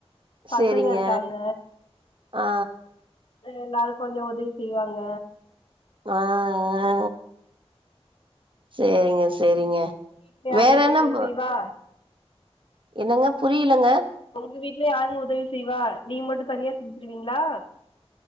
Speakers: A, on the left (about 55°); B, on the right (about 50°).
A: பசங்க
B: சேரிங்க
A: இருக்காங்க
B: ஆ
A: எல்லாரு கொஞ்ச உதவி செய்வாங்க
B: ஆ ஆ சேரிங்க சேரிங்க
A: விட்ல யாருங்க
B: வேற
A: இந்த
B: என்ன
A: உதவி
B: ப
A: செய்வா
B: என்னங்க புரிலங்க
A: உங்க வீட்ல யாருங்க உதவி செய்வா நீங்க மட்டு தனியா செஞ்சுருவீங்ளா